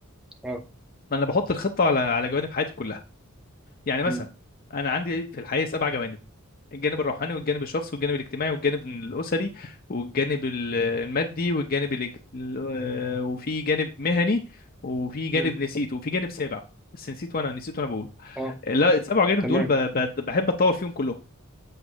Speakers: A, in the centre; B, on the left (about 45°).
A: اه
B: ما انا بحط الخطه على على جوانب حياتي كلها يعني مثلا
A: امم
B: انا عندي في الحياه سبع جوانب الجانب الروحاني والجانب الشخصي والجانب الاجتماعي والجانب الاسري والجانب ال- المادي والجانب الاج... ال- آه، وفي جانب مهني وفي جانب
A: امم
B: نسيت وفي جانب سابع بس نسيت وانا نسيت وانا بقول
A: اه
B: لا السبع جانب
A: تمام
B: دول ب... ب... بحب اتطور فيهم كلهم